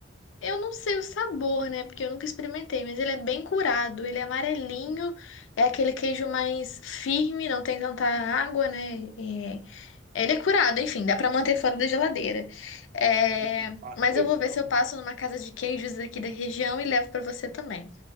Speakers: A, on the left; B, on the right.
A: Eu não sei o sabor, né? Porque eu nunca experimentei, mas ele é bem curado, ele é amarelinho, é aquele queijo mais firme, não tem tanta água, né? É, Ele é curado, enfim, dá pra manter fora da geladeira. É,
B: tipo um parmesão.
A: Mas eu vou ver se eu passo numa casa de queijos aqui da região e levo pra você também.